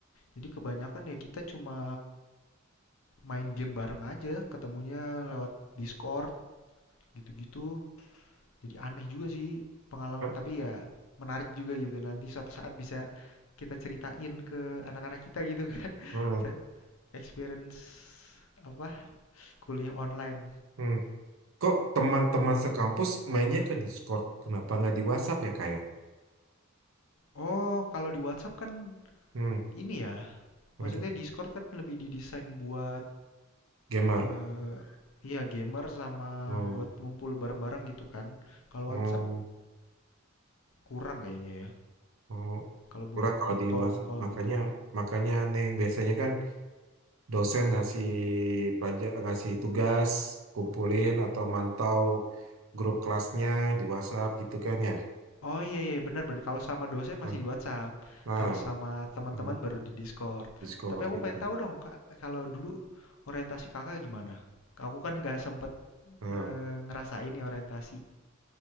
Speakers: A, on the left; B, on the right.
A: jadi kebanyakan ya kita cuma main game bareng aja, ketemunya lewat Discord gitu-gitu. Jadi aneh juga sih pengalaman,
B: อืมLah,
A: tapi ya menarik juga gitu. Nanti suatu saat bisa kita ceritain ke anak-anak kita gitu kan.
B: hmm,
A: <laughs> Experience apa? Kuliah online.
B: hmm. Kok teman-teman sekampus mainnya ke Discord? Kenapa nggak di WhatsApp ya kayak?
A: Oh, kalau di WhatsApp kan
B: Hmm,
A: ini ya,
B: apa
A: maksudnya
B: tuh?
A: Discord kan lebih didesain buat
B: Gamer.
A: eh iya gamer sama
B: Hmm,
A: buat ngumpul bareng-bareng gitu kan. Kalau
B: oh,
A: WhatsApp kurang kayaknya ya.
B: oh.
A: Kalau
B: Kurang
A: buat
B: kalau
A: nge-call
B: di WhatsApp.
A: nge-call
B: Makanya,
A: gitu.
B: makanya aneh. Biasanya kan dosen ngasih pelajar, ngasih tugas, kumpulin atau mantau grup kelasnya di WhatsApp gitu kan ya.
A: Oh iya iya benar benar kalau sama dosen
B: Nah,
A: masih di WhatsApp,
B: nah,
A: kalau sama teman-teman
B: hmm,
A: baru di Discord.
B: Discord
A: Tapi aku
B: gitu.
A: pengen tahu dong Kak, kalau dulu orientasi Kakak gimana? Aku kan nggak sempet
B: Nah,
A: eh, ngerasain nih orientasi.